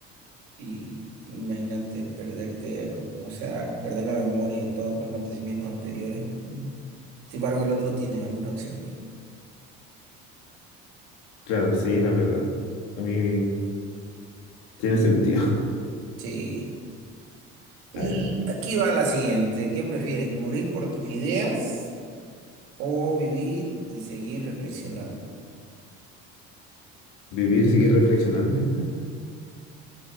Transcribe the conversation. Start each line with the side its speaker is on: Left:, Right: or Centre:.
Right: Y imagínate perderte, con- o sea, perder la memoria y todos los acontecimientos Wow. anteriores. Mm. Sin embargo, el otro tienes alguna opción.
Left: Claro, sí, no es verdad. A mí tiene
Right: Mm.
Left: sentido.
Right: Sí. Y
Left: <laughs> A ver,
Right: aquí va la siguiente. ¿Qué prefieres? ¿Morir por tus ideas o vivir y seguir reflexionando?
Left: vivir y seguir reflexionando, yo creo.